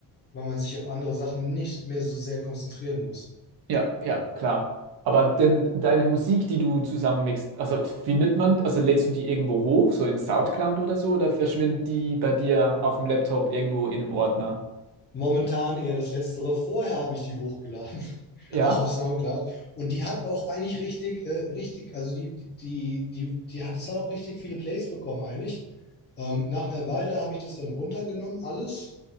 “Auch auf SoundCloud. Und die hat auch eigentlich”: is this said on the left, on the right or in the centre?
Left